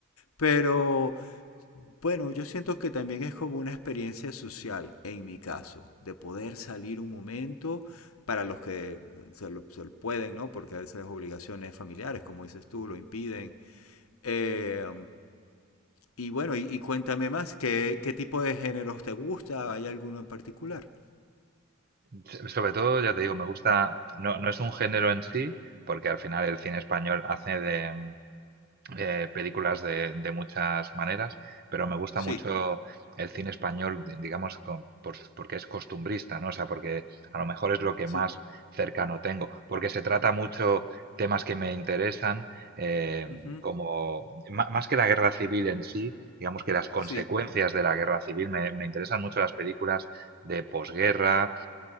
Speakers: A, on the left; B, on the right.
A: Pero... Bueno, yo siento que también es como una experiencia social, en mi caso, de poder salir un momento para los que se lo, se lo pueden, ¿no? Porque a veces obligaciones familiares, como dices tú, lo impiden. Eh, y bueno, y, y cuéntame más, ¿qué, qué tipo de géneros te gusta? ¿Hay alguno en particular?
B: S- Sobre todo, ya te digo, me gusta, no, no es un género en sí, porque al final el cine español hace de eh, películas de, de muchas maneras, pero me gusta
A: Sí,
B: mucho el cine español, di- digamos, co- por- porque es costumbrista, ¿no? O sea, porque a lo mejor es lo que
A: sí,
B: más cercano tengo, porque se trata mucho temas que me interesan, eh,
A: ujú,
B: como ma- más que la guerra civil en sí, digamos que las consecuencias
A: sí,
B: de la guerra civil, me, me interesan mucho las películas de posguerra